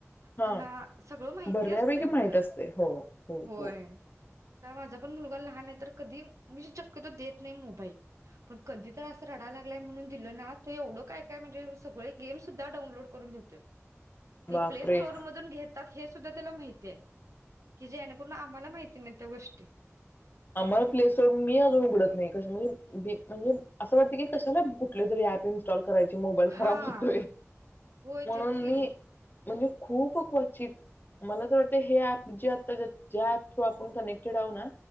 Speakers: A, on the left (about 40°); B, on the right (about 85°).
A: हां,
B: त्यांना सगळं माहिती
A: बऱ्यापैकी
B: असते. असं
A: माहीत असते. हो, हो,
B: होय
A: हो.
B: आता माझा पण मुलगा लहान आहे तर कधी मी शक्यतो देत नाही मोबाईल पण कधी तर असं रडाला लागलाय म्हणून दिल ना तू एवढं काय काय म्हणजे सगळे गेम सुद्धा डाऊलोड करून घेतोय. ते
A: बापरे!
B: प्ले स्टोर मधून घेतात हे सुद्धा त्याला माहि की जेणेकरून आम्हाला माहिती नाही त्या गोष्टी.
A: आम्हाला प्ले स्टोर मी अजून उघडत नाही कशाला बी म्हणजे असं वाटते की कशाला कुठले तरी आप इन्स्टॉल करायची मोबाईल
B: हा
A: खराब होतोय
B: होय
A: म्हणून
B: तेच की
A: मी म्हणजे खूप क्वचित मला तर वाटत हे ऍप जे आता ज्या ऍप थ्रू आपण कनेक्टेड आहो ना